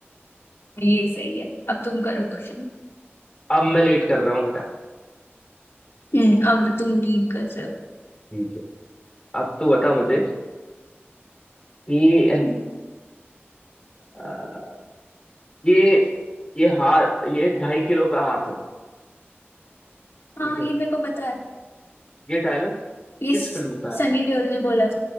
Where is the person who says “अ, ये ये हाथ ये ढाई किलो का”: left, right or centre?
Left